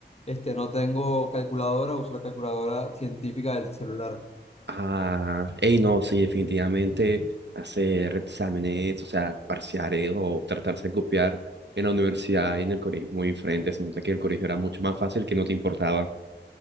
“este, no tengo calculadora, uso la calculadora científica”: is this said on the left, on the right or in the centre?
Left